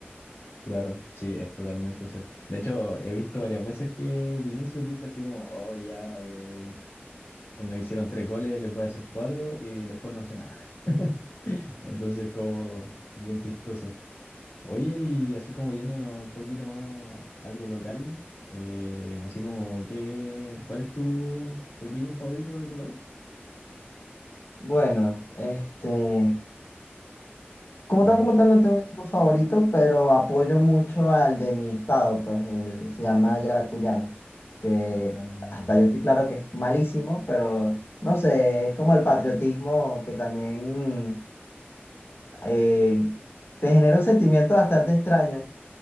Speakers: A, on the left (about 85°); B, on the left (about 65°).
A: claro, sí, es totalmente cierto. De hecho, he visto varias veces que Vinicius dice así como, oh, ya eh, eh, nos hicieron tres goles, les voy a hacer cuatro y después no hace nada. <laughs> Entonces, como bien chistoso. Oye, y así como yéndonos a un poquito más a algo local, eh, así como que, ¿cuál es tu, tu equipo favorito de tu país?
B: Bueno, este, Como
A: O,
B: tal, como tal, no tengo un equipo favorito, pero apoyo mucho al de mi estado, pues el, se llama Yaracuyano, que
A: ah,
B: hasta
A: ya.
B: yo estoy claro que es malísimo, pero no sé, es como el patriotismo que también eh, te genera un sentimiento bastante extraño.